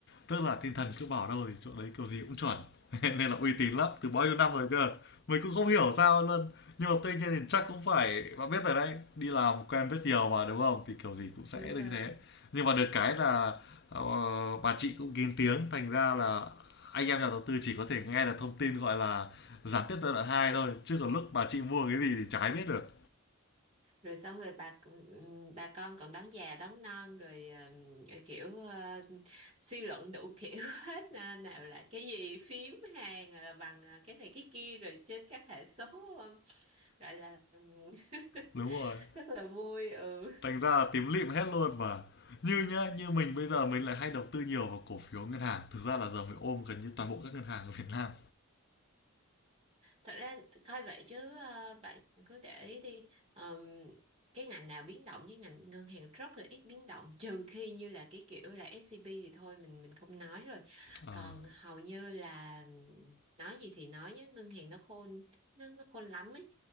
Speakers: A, on the left; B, on the right.
A: tức là thiên thần cứ bảo đâu thì chỗ đấy kiểu gì cũng chuẩn <laughs> nên là uy tín lắm từ bao nhiêu năm rồi cơ mình cũng không hiểu sao luôn nhưng mà tuy nhiên thì chắc cũng phải bạn biết rồi đấy đi làm quen biết nhiều mà đúng không thì kiểu gì cũng sẽ
B: đúng
A: được
B: rồi
A: như thế nhưng mà được cái là ờ, bà chị cũng kín tiếng thành ra là anh em nhà đầu tư chỉ có thể nghe được thông tin gọi là gián tiếp giai đoạn 2 thôi chứ còn lúc bà chị mua cái gì thì chả ai biết được
B: rồi xong rồi bà ừm, bà con còn đón già đón non rồi ừm, kiểu ờ, suy luận đủ kiểu <laughs> hết nè, nào là cái gì phím hàng à, là bằng ờ, cái này cái kia rồi trên các hệ số ờ, gọi là ừm, <laughs>
A: đúng rồi
B: rất là vui ừ
A: thành ra là tím lịm hết luôn mà như nhá như mình bây giờ mình lại hay đầu tư nhiều vào cổ phiếu ngân hàng thực ra là giờ mình ôm gần như toàn bộ các ngân hàng ở Việt Nam
B: Thật ra coi vậy chứ ờ, bạn cứ để ý đi Ờm, cái ngành nào biến động với ngành ngân hàng rất là ít biến động trừ khi như là cái kiểu là SCB thì thôi mình mình không nói rồi
A: ờ
B: còn hầu như là ừm, nói gì thì nói nhé ngân hàng nó khôn nó nó khôn lắm ấy